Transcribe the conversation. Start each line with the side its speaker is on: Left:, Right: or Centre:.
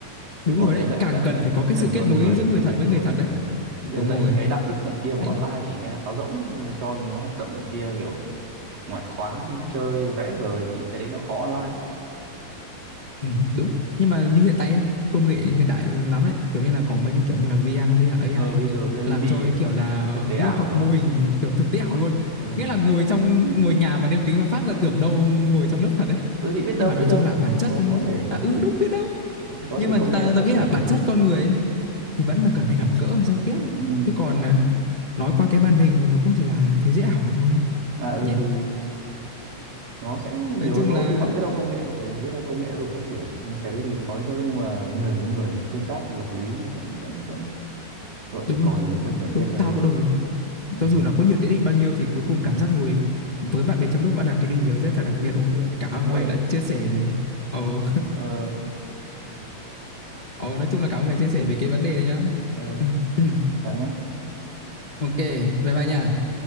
Left: đúng
Right: thì bọn
Left: rồi
Right: đấy
Left: đấy
Right: lại
Left: càng
Right: lại
Left: cần
Right: lại
Left: phải có cái
Right: cần
Left: sự kết
Right: con
Left: nối
Right: người
Left: giữa người
Right: cần
Left: thật
Right: kết nối
Left: với người thật
Right: ừ.
Left: đấy
Right: bây
Left: đúng
Right: giờ dạy
Left: rồi
Right: những cái đạo đức nọ kia mà
Left: Mày
Right: online thì nghe nó sáo rỗng lắm nhưng mà cho chúng nó hoạt động nọ kia kiểu ngoại khóa đi chơi vẽ vời thì những cái đấy nó khó online lắm
Left: Ừ, đúng nhưng mà như hiện tại ấy, công nghệ hiện đại lắm ấy kiểu như là có mấy cái kiểu như là VR với cả AI
Right: ờ,
Left: ấy,
Right: visual reality
Left: làm cho cái
Right: à?
Left: kiểu là ờ,
Right: thực tế
Left: lớp
Right: ảo
Left: học
Right: đúng
Left: mô
Right: không
Left: hình kiểu thực tế ảo luôn
Right: ờ.
Left: nghĩa là ngồi trong ngồi nhà mà đeo kính mà phát ra tưởng đâu ngồi trong lớp thật đấy
Right: ừ thì biết đâu
Left: nhưng mà
Right: biết
Left: nói
Right: đâu
Left: chung là bản chất
Right: có có thể có
Left: à, ừ
Right: thể
Left: đúng biết đâu
Right: có
Left: nhưng
Right: thể
Left: mà
Right: công nghệ
Left: ta,
Right: nó phát
Left: ta nghĩ
Right: triển
Left: là bản
Right: thì
Left: chất
Right: thì
Left: con người ấy, thì vẫn là cần phải gặp gỡ và giao tiếp ấy
Right: ừm,
Left: chứ còn à, nói qua cái màn hình thì nó cũng chỉ là thế giới ảo mà thôi
Right: à ừ
Left: nhỉ
Right: thì nó sẽ nhiều
Left: nói chung
Right: yếu tố
Left: là
Right: hy vọng biết đâu công nghệ ờ, biết đâu công nghệ nó đủ phát triển nhưng cái đấy thì khó đấy chứ nhưng mà người với người tương tác vật lý nó vẫn vẫn vẫn vẫn
Left: đúng
Right: trẻ con
Left: rồi
Right: tôi nghĩ vẫn cần thiết
Left: đúng
Right: hơn
Left: tao cũng đồng ý
Right: ừ.
Left: Cho dù nó có nhiều tiện ích bao nhiêu thì cuối cùng cảm giác ngồi với bạn bè trong nước vẫn là cái điều gì đó rất
Right: ờ,
Left: là đặc biệt đúng
Right: chứ
Left: không? Cảm ơn
Right: ngồi
Left: mày đã chia sẻ về Ồ,
Right: ờ,
Left: ồ nói chung là cảm ơn mày chia sẻ về cái vấn đề này nhá.
Right: ờ,
Left: <clears throat>
Right: chào nhá
Left: Ok, bye bye nha.